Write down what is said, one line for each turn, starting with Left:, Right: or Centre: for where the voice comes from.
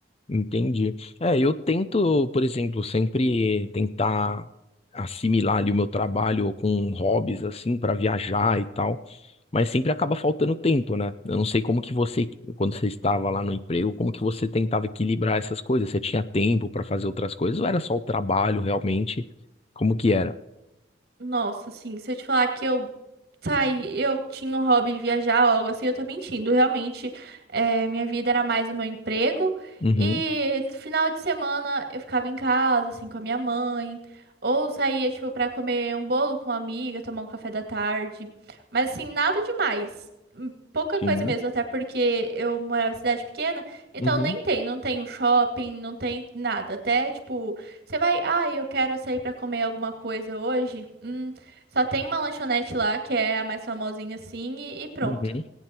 Left: Entendi. É, eu tento, por exemplo, sempre tentar assimilar ali o meu trabalho com hobbies assim para viajar e tal, mas sempre acaba faltando tempo, né? Eu não sei como que você, quando você estava lá no emprego, como que você tentava equilibrar essas coisas? Você tinha tempo para fazer outras coisas ou era só o trabalho realmente? Como que era?
Right: Nossa, assim, se eu te falar que eu saí, eu tinha um hobby de viajar ou algo assim, eu tô mentindo. Realmente, é, minha vida era mais o meu emprego.
Left: Uhum,
Right: E final de semana eu ficava em casa, assim, com a minha mãe. Ou saía, tipo, pra comer um bolo com uma amiga, tomar um café da tarde. Mas, assim, nada demais. Hum, Pouca
Left: sim.
Right: coisa mesmo, até porque eu morava em cidade pequena. Então,
Left: Uhum,
Right: nem tem, não tem um shopping, não tem nada. Até, tipo. Você vai, ah, eu quero sair pra comer alguma coisa hoje. Hum, só tem uma lanchonete lá que é a mais famosinha assim e, e pronto.
Left: uhum.